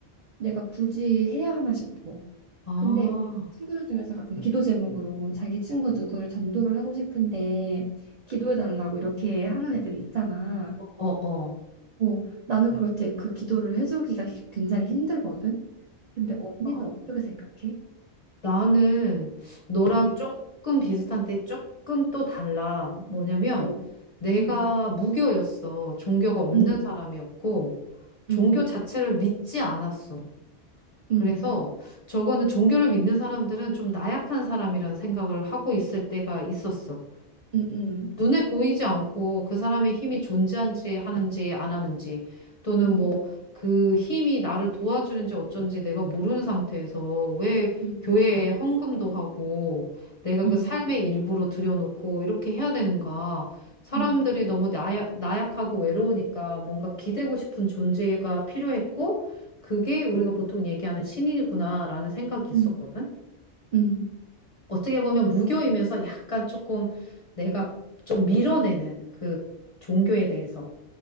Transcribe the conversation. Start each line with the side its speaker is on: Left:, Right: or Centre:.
Right: 내가 굳이 해야 하나 싶어.
Left: 아,
Right: 근데 친구들 중에서 가끔 기도 제목으로 뭐 자기 친구 누구를 전도를 하고 싶은데 기도해달라고 이렇게 하는 애들이 있잖아.
Left: 어, 어, 어.
Right: 어, 나는 그럴 때 그 기도를 해주기가 히- 굉장히 힘들거든. 근데 언니는
Left: 아.
Right: 어떻게 생각해?
Left: 나는 너랑
Right: 음,
Left: 조금 비슷한데 조금 또 달라. 뭐냐면
Right: 어,
Left: 내가
Right: 음,
Left: 무교였어. 종교가 없는
Right: 음,
Left: 사람이었고 종교
Right: 음,
Left: 자체를 믿지 않았어. 그래서
Right: 음,
Left: 저거는 종교를 믿는 사람들은 좀 나약한 사람이란 생각을 하고 있을 때가 있었어.
Right: 음,
Left: 눈에 보이지 않고 그 사람의 힘이 존재한지 하는지 안 하는지 또는
Right: 음,
Left: 뭐 그 힘이 나를 도와주는지 어쩐지 내가 모르는 상태에서 왜
Right: 음,
Left: 교회에 헌금도 하고 내가
Right: 음,
Left: 그
Right: 음,
Left: 삶의 일부로 들여놓고 이렇게 해야 되는가? 사람들이
Right: 음,
Left: 너무 나약, 나약하고 외로우니까 뭔가 기대고 싶은 존재가 필요했고 그게 우리가 보통 얘기하는 신인이구나라는 생각이 있었거든.
Right: 음, 음,
Left: 어떻게 보면 무교이면서 약간 조금 내가 좀 밀어내는 그 종교에 대해서